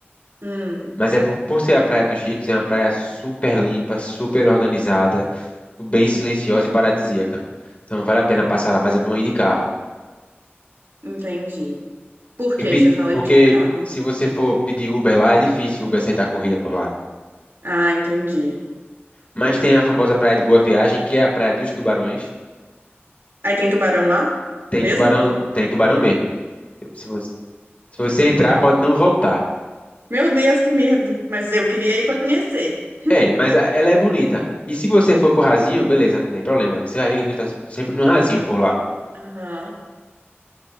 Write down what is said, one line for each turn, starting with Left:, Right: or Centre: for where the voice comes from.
Right: Hum,
Left: mas é por, por ser a Praia dos Ricos, é uma praia super limpa, super organizada, bem silenciosa e paradisíaca. Então vale a pena passar lá, mas é bom ir de carro.
Right: entendi. Por que
Left: E pe-
Right: você fala
Left: porque
Right: de carro?
Left: se você for pedir Uber lá, é difícil o Uber aceitar corrida por lá.
Right: Ah, entendi.
Left: Mas tem a famosa Praia de Boa Viagem, que é a Praia dos Tubarões.
Right: Aí tem tubarão lá?
Left: Tem
Right: Mesmo?
Left: tubarão, tem tubarão mesmo. Então, Se você Se você entrar, pode não voltar.
Right: Meu Deus, que medo. Mas eu queria ir pra conhecer.
Left: É, mas a- ela é bonita. E se você for pro rasinho, beleza, não tem problema. Você vai ver que as pessoas estão sempre no rasinho por lá.
Right: Aham.